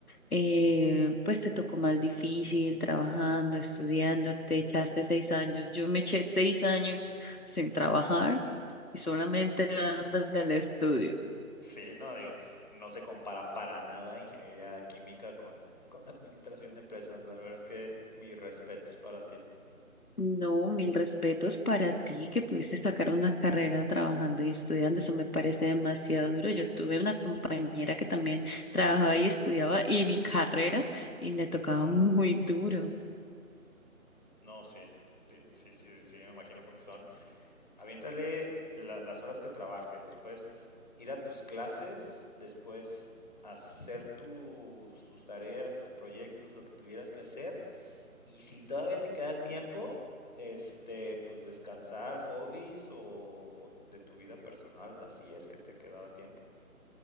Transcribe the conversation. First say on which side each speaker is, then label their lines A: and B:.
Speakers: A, on the left; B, on the left.
A: eh, pues te tocó más difícil trabajando, estudiando,
B: Sí,
A: te echaste seis años. Yo me eché seis años sin trabajar y solamente dándole al estudio.
B: sí, no digo, no se compara para nada ingeniería química con, con administración de empresas. La verdad es que mis respetos para ti.
A: No, mil respetos para ti que pudiste sacar una carrera trabajando y estudiando. Eso me parece demasiado duro. Yo tuve una compañera que también
B: Ujú,
A: trabajaba y estudiaba y mi carrera y le tocaba
B: Wow.
A: muy duro.
B: No, sí, sí, sí, sí, sí, me imagino porque son Aviéntale la- las horas que trabajes, después ir a tus clases, después hacer tus, tus tareas, tus proyectos, lo que tuvieras que hacer. Y si todavía te queda tiempo, este, pues descansar, hobbies o, o de tu vida personal, ¿verdad? Si es que te quedaba tiempo.